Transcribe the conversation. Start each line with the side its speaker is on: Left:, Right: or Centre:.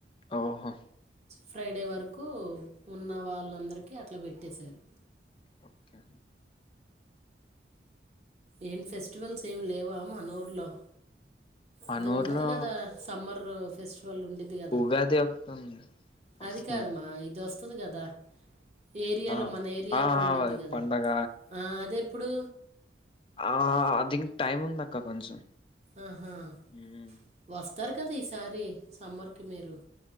Left: ఓహో.
Right: ఫ్రైడే వరకు ఉన్న వాళ్ళందరికీ అట్లా పెట్టేశారు.
Left: ఓకే.
Right: ఏం ఫెస్టివల్స్ ఏమి లేవా మానూర్లో.
Left: మన
Right: అది ఉంటది
Left: ఊర్లో
Right: కదా సమ్మర్. ఫెస్ట్. వాళ్ళు ఉండేది కదా
Left: ఉగాది ఒకటి ఉంది వస్తుంది
Right: అది కాదుమా ఇదోస్త్. వస్తుంది కదా. ఏరియాలో
Left: ఆ
Right: మన ఏరియాలో
Left: ఆ ఆ
Right: ఉండుది కదా
Left: పండగ
Right: ఆహ్ అది ఎప్పుడు.
Left: ఆహ్ దినికి టైమ్ ఉంది అక్క కొంచెం.
Right: ఆహ్ వస్.
Left: మ్మ్.
Right: వస్తారు కదా ఈసారి సమ్మర్కి మీరు.